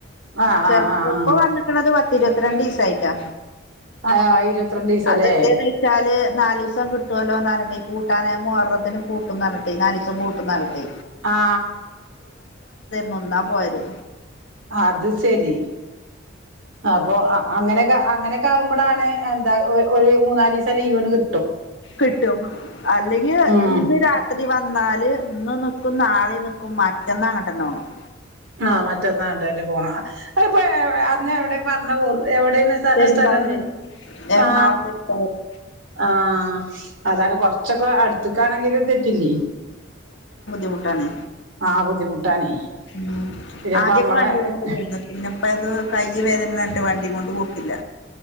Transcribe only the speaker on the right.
ആഹ്
ആഹ് ആഹ്
ആഹ് ആഹ് ഇരുപത്തിരണ്ടീസല്ലേ
ആ
അത് ശരി അപ്പൊ അങ്ങനെക്കെ അങ്ങനെ ക്കെവുമ്പളാണ് എന്താ ഒരു മൂന്നാലിവസം ലീവണ്ട് കി
ഉം
ആ മറ്റൊന്നാങ്ങട്ടന്നെ പോണം അത്പ്പെ അന്ന് എവിടെ പറഞ്ഞ പോറ് എവിടെണ് സ്
സ്ഥലം
ആ
ആ അതാണ് കൊറച്ചൊക്കെ അടുത്തക്കാണെങ്കില് തെറ്റില്ലേ
ആ ബുദ്ധിമുട്ടാണേ
പിന്നെപ്പ
നമ്മളെ